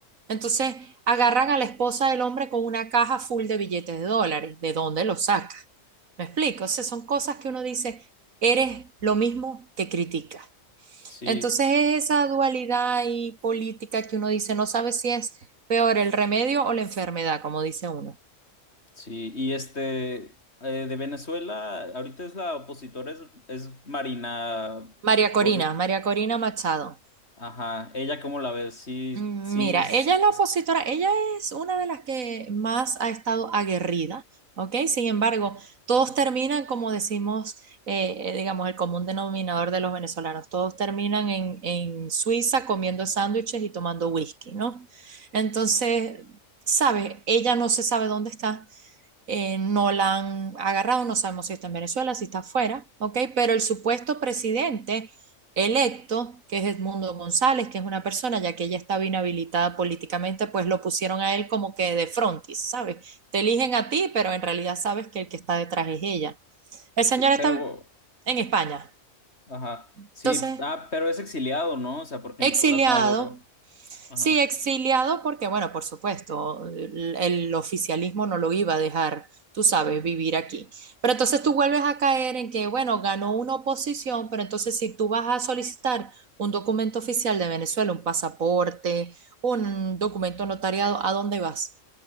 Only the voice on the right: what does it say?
Entonces, agarran a la esposa del hombre con una caja full de billetes de dólares. ¿De dónde los sacan? Me explico, o sea, son cosas que uno dice, eres lo mismo que criticas.
Entonces es esa dualidad y política que uno dice, no sabe si es peor el remedio o la enfermedad, como dice uno.
María Corina,
María Corina Machado.
Mm,
Mira,
ella es la opositora, ella es una de las que más ha estado aguerrida, ¿ok? Sin embargo, todos terminan, como decimos, eh, eh, digamos, el común denominador de los venezolanos, todos terminan en, en Suiza comiendo sándwiches y tomando whisky, ¿no? Entonces, ¿sabes? Ella no se sabe dónde está eh, no la han agarrado, no sabemos si está en Venezuela, si está afuera, ¿ok? Pero el supuesto presidente electo, que es Edmundo González, que es una persona, ya que ella estaba inhabilitada políticamente, pues lo pusieron a él como que de frontis, ¿sabes? Te eligen a ti, pero en realidad sabes que el que está detrás es ella. El señor
está
en España,
entonces
exiliado,
Sí, exiliado porque, bueno, por supuesto, el, el oficialismo no lo iba a dejar, tú sabes, vivir aquí. Pero entonces tú vuelves a caer en que, bueno, ganó una oposición, pero entonces si tú vas a solicitar un documento oficial de Venezuela, un pasaporte, un documento notariado, ¿a dónde vas?